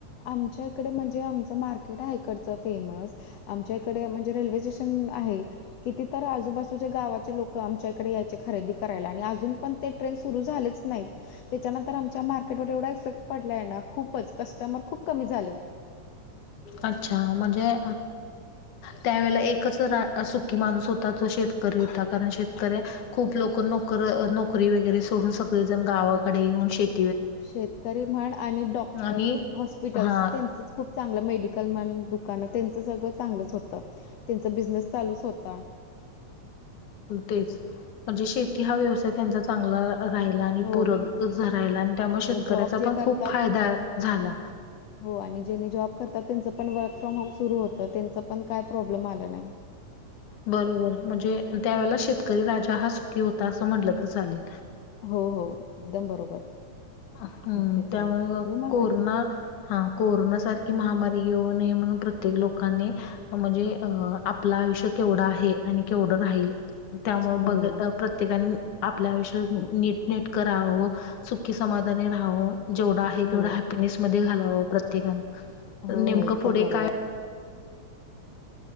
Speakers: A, on the left; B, on the left.
A: आमच्या इकडे म्हणजे आमचं मार्केट आहेकडचं फेमस आमच्या इकडे म्हणजे रेल्वे स्टेशन आहे किती तरर आजूबाजूच्या गावाचे लोक आमच्या इकडे यायचे खरेदी करायला आणि अजून पण े सुर झा नाही त्याच्यांत आ म एवढा इफेक्ट पडलाय आहे ना खूपच कस्टमर खूप कमी झालं
B: अच्छा म्हणजे त्यावेेळे एकच रा सुखी माणूस होता तो शेतकरी होता कारण शेतकऱ्या खूप लोक नोकर नोकरी वगैरे सोडून सगळेजण गावाकडे येऊन शेत
A: शेतकरी म्हण आणि डॉक्टर
B: आणि
A: हॉस्पिटल्स
B: हा
A: त्यांचच खूप चांगलं मेडिकल मन दुकानं त्यांच सगळं चांगलंच होत त्यांच बिझनेस चालूच होता
B: तेच म्हणजे शेती हा व्यवसाय त्यांचा चांगला राहिला आणि
A: हो
B: पूरक राहिला आणि त्यामुळे श कण्याचा
A: जॉब जे
B: पण
A: करतात
B: खूप फायदा झाला
A: हो आणि जेनी जॉब करतात त्यांचं पण वर्क फ्रॉम होम सुरू होत त्यांच पण काय प्रॉब्लेम आलं नाही
B: बरोबर म्हणजे त्यावेेळे शेतकरी राजा हा सुखी होता असं म्हटलं तर चालेल
A: हो हो एकदम बरोबर
B: हम्म
A: ठीक आहे चल
B: त्यामुळे
A: ठेवू मग
B: कोरोना
A: आता
B: हा कोरोनासारखी महामारी येऊ नये म्हणून प्रत्येक लोकांनी म्हणजे अ आपलं आयुष्य केवढं आहे आणि केवढं राहील त्यामुळे ब
A: हो
B: प्रत्येकाने आपल्या आयुष्यात नीट नट करावं की समाधानी राहावून जेवढा आहे
A: हो
B: तेवढा हॅपपीनेस म घालावं प्रत्येकां
A: हो
B: नेमकं
A: हो एकदम
B: पुढे
A: बरोबर
B: काय